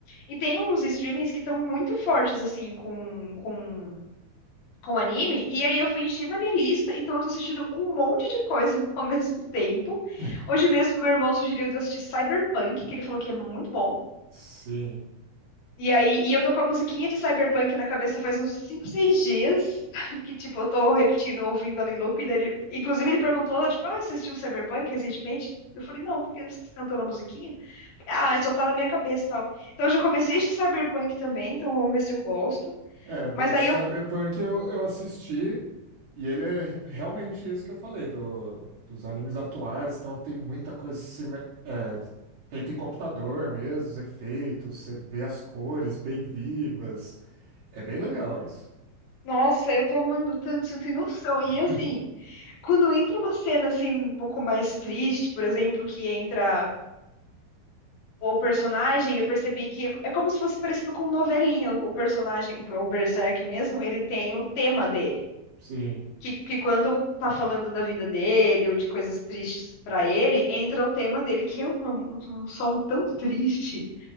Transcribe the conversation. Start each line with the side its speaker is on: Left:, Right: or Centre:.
Left: E tem uns streamings que estão muito fortes, assim, com, com, com anime. E aí eu fui enchendo a minha lista, então eu tô assistindo um monte de coisa <laughs> ao mesmo tempo.
Right: <laughs>
Left: Hoje mesmo, meu irmão sugeriu de eu assistir Cyberpunk, que ele falou que é muito bom.
Right: sim.
Left: E aí, e eu tô com a musiquinha de Cyberpunk na cabeça faz uns 5 6 dias, <laughs> que tipo, eu tô repetindo, ouvindo ali em loop dele. Inclusive, ele perguntou, tipo, ah, você assistiu Cyberpunk recentemente? Eu falei, não, porque você cantou na musiquinha? Ah, é, só tá na minha cabeça e tal. Então, eu já comecei este Cyberpunk também, então vamos ver se eu gosto.
Right: É, do
Left: Mas daí
Right: Cyberpunk
Left: eu,
Right: eu, eu assisti e ele é realmente isso que eu falei, do, dos animes atuais. Então tem muita coisa sime- é, feita em computador mesmo, os efeitos, você vê as cores bem vivas. É bem legal isso.
Left: nossa, eu tô amando tanto, você não tem noção. E
Right: <laughs>
Left: assim, quando entra uma cena assim, um pouco mais triste, por exemplo, que entra o personagem, eu percebi que é como se fosse parecido com novelinha. O personagem, o Berserk mesmo, ele tem o tema dele.
Right: Sim.
Left: Que, que quando tá falando da vida dele ou de coisas tristes pra ele, entra o tema dele, que é uma- um, um som tão triste,